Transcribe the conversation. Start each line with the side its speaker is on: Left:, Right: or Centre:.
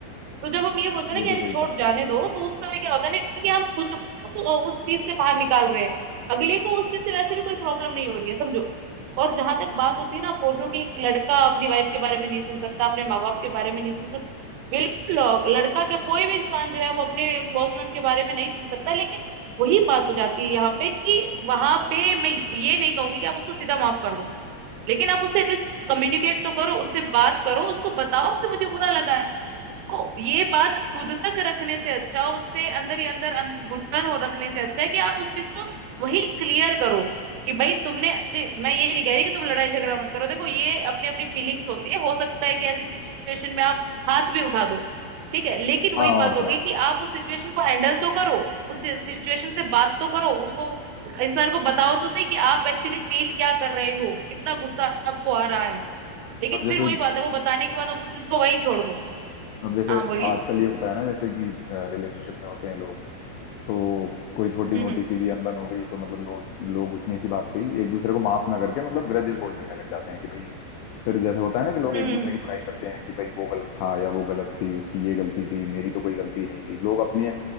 Right: तो जब हम ये बोलते हैं ना
Left: ये
Right: कि
Left: तो
Right: अरे
Left: सही
Right: छोड़
Left: कहा
Right: जाने दो तो उस समय क्या होता है ना कि हम खुद को उस चीज से बाहर निकाल रहे हैं अगले को उस चीज से वैसे भी कोई प्रॉब्लम नहीं हो रही है समझो और जहां तक बात होती है ना आप बोल रहे हो कि एक लड़का अपनी वाइफ के बारे में नहीं सुन सकता अपने माँ बाप के बारे में नहीं सुन सकता बिल्कुल अ, लड़का क्या कोई भी इंसान जो है वो अपने क्लोज फ्रेंड के बारे में नहीं सुन सकता लेकिन वही बात हो जाती है यहाँ पे कि वहां पे मैं ये नहीं कहूंगी कि आप उसको सीधा माफ कर दो लेकिन आप उससे एटलीस्ट कम्युनिकेट तो करो उससे बात करो उसको बताओ कि मुझे बुरा लगा है उसको ये बात खुद तक रखने से अच्छा उससे अंदर ही अंदर अन- घुटन हो रखने से अच्छा है कि आप उस चीज को वही क्लियर करो कि भाई तुमने जे- मैं ये नहीं कह रही कि तुम लड़ाई झगड़ा मत करो देखो ये अपनी अपनी फीलिंग्स होती है हो सकता है कि ऐसी सिचुएशन में आप हाथ भी उठा दो ठीक है लेकिन
Left: हाँ
Right: वही बात
Left: और
Right: हो
Left: क्या
Right: गई कि आप उस सिचुएशन को हैंडल तो करो उस सिचुएशन से बात तो करो उसको इंसान को बताओ तो सही कि आप एक्चुअली फील क्या कर रहे हो कितना गुस्सा आपको आ रहा है लेकिन
Left: अब जैसे
Right: फिर वही बात है वो बताने के बाद आप उस चीज को वहीं छोड़ दो
Left: अब जैसे
Right: हाँ बोलिए
Left: आजकल ये होता है ना जैसे कि रिलेशनशिप में होते हैं लोग तो कोई छोटी
Right: हम्म
Left: मोटी सी भी अनबन हो गई तो मतलब लोग लोग उतनी सी बात पे ही एक दूसरे को माफ ना करके मतलब ग्रजेस होल्ड करने लग जाते हैं कि भाई फिर जैसे होता है ना कि लोग
Right: हम्म
Left: एक दूसरे की बुराई करते हैं कि भाई वो गलत था या वो गलत थी उसकी ये गलती थी मेरी तो कोई गलती नहीं थी लोग अपने